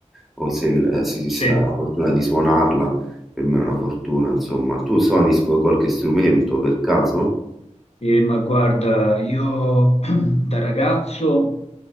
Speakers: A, in the centre; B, on the left.
A: o se l- si, si
B: Sì.
A: ha la fortuna di suonarla, per me è una fortuna, insomma. Tu suoni sc- qualche strumento per caso?
B: Eh, ma guarda, io <clears throat> da ragazzo,